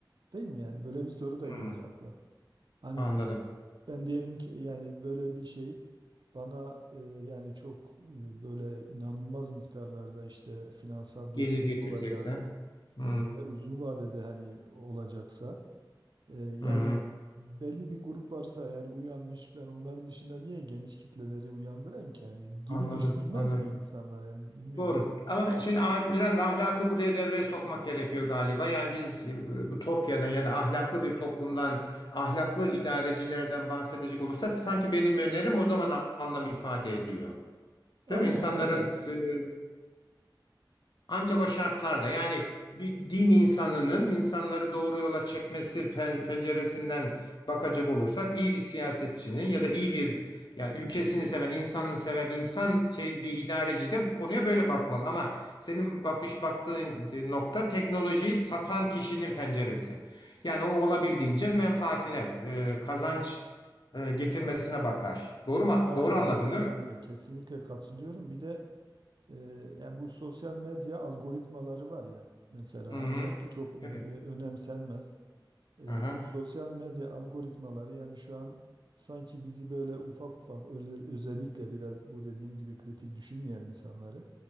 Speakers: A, on the right (about 60°); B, on the left (about 60°).
A: Değil mi yani? Böyle bir soru da
B: hı,
A: gelir akla. Hani
B: anladım.
A: ben diyelim ki yani böyle bir şey bana e, yani çok e, böyle inanılmaz miktarlarda işte finansal getirisi
B: Gelir getirecekse.
A: olacak
B: Hı,
A: e, ve uzun vadede hani olacaksa ee, yani
B: hı,
A: belli bir grup varsa yani uyanmış ben onların dışında niye geniş kitleleri uyandırayım ki yani gibi
B: anladım,
A: düşünülmez
B: anladım.
A: mi insanlar yani bilmiyorum
B: Doğru.
A: sen.
B: Ama şimdi ah- biraz ahlakı buraya devreye sokmak gerekiyor galiba. Yani biz e, Ütopya'dan ya da ahlaklı bir toplumdan, ahlaklı idarecilerden bahsedecek olursak sanki benim önerim o zaman anlam ifade ediyor.
A: Aynen
B: Değil mi? İnsanların
A: evet.
B: e, ancak o şartlarda yani bir din insanının insanları doğru yola çekmesi pe- penceresinden bakacak olursak iyi bir siyasetçinin ya da iyi bir yani ülkesini seven, insanını seven insan şey bir idareci de bu konuya böyle bakmalı ama senin bakış baktığın nokta teknolojiyi satan kişinin penceresi. Yani o olabildiğince menfaatine, e, kazanç e, getirmesine bakar. Doğru mu?
A: Aynen
B: Doğru anladım
A: aynen
B: değil mi?
A: öyle kesinlikle katılıyorum. Bir de e, yani bu sosyal medya algoritmaları var ya mesela
B: Hı
A: hani
B: hı.
A: belki çok
B: Evet.
A: e, önemsenmez. E,
B: Hı hı.
A: bu sosyal medya algoritmaları yani şu an sanki bizi böyle ufak ufak özel- özellikle biraz bu dediğim gibi kritik düşünmeyen insanları